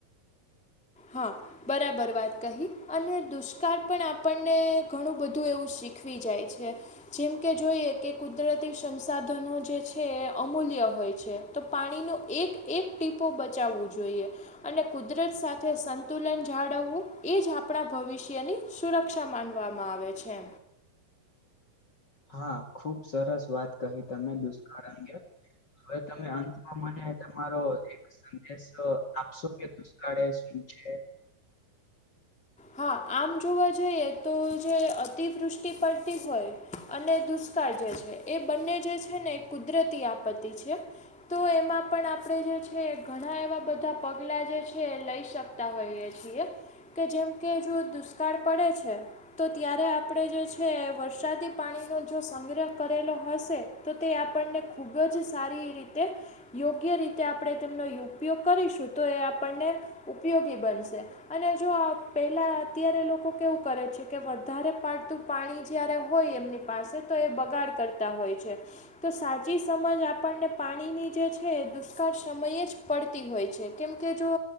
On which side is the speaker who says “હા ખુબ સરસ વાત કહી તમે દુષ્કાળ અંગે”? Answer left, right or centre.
Left